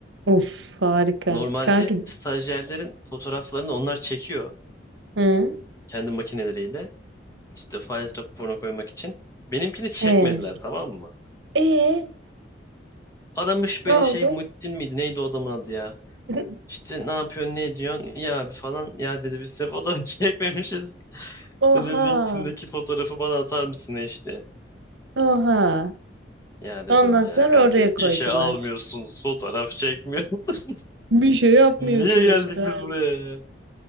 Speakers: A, on the right; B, on the left.
A: Of harika.
B: Normalde
A: Kanki.
B: stajyerlerin fotoğraflarını onlar çekiyor
A: Hı?
B: kendi makineleriyle. İşte faaliyet raporuna koymak için. Benimkini çekmediler
A: E.
B: tamam mı?
A: E
B: Aramış
A: ne
B: beni
A: oldu?
B: şey Muhittin miydi neydi o adamın adı ya?
A: <laughs>
B: İşte ne yapıyorsun ne ediyorsun ya abi falan. Ya dedi biz size fotoğraf <laughs> çekmemişiz. Senin
A: Oha.
B: LinkedIn'deki fotoğrafı bana atar mısın işte?
A: Oha.
B: Ya dedim
A: Ondan
B: ya
A: sonra
B: kardeş
A: oraya koydular.
B: işe almıyorsunuz fotoğraf çekmiyorsunuz.
A: Bir şey yapmıyorsunuz
B: <laughs> Niye geldik
A: kanka.
B: biz buraya ya?